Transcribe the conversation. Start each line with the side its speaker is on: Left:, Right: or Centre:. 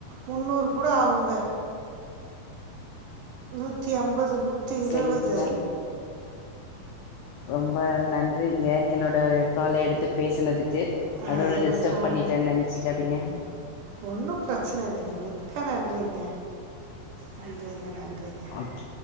Right: முன்னூறு கூட ஆவுங்க நூத்தி ஐம்பது நூத்தி இருவது
Left: சரிங்க ரொம்ப நன்றிங்க என்னோட கால எடுத்து பேசுனதுக்கு நடுல்ல
Right: ஆ எனக்கும்
Left: டிஸ்டர்ப் பண்ணிட்டேன் நெனச்சுக்காதீங்க
Right: ஒன்னு ப்ரச்சன இல்லைங்க மிக்க நன்றிங்க நன்றிங்க நன்றிங்க
Left: ஓகே